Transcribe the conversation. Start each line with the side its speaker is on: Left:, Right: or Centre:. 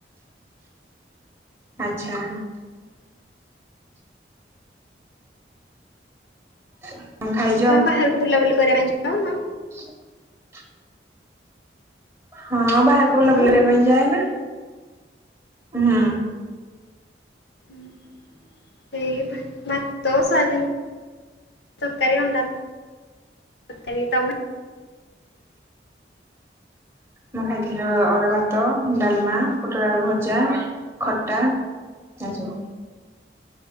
Right: ଆଚ୍ଛା। କଣ ଖାଇଛ?
Left: ତମେ ବାହାରକୁ ବୁଲାବୁଲି କରିବା ପାଇଁ ଯାଉନ।
Right: ହ <inaudible> ହଁ, ବାହାରକୁ ବୁଲାବୁଲି
Left: ମୁଁ
Right: କରିବା ପାଇଁ ଯାଏ ନା ହୁଁ।
Left: ହଁ ସେଇ ମତ ସାବ <unintelligible> ତରକାରି ଅଣ୍ଡା ତରକାରି। ତମେ
Right: ମୁଁ ଖାଇଥିଲି ଅରୁଆଭାତ, ଡାଲମା, ପୋଟଳଆଳୁ ଭଜା, ଖଟା। ଆୁ <unintelligible>